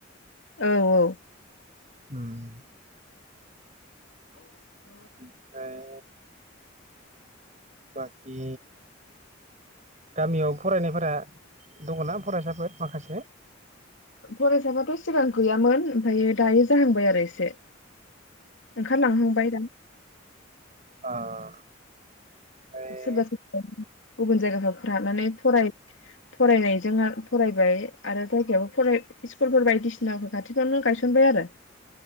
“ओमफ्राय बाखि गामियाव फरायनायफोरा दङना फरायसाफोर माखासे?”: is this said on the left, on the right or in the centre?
Right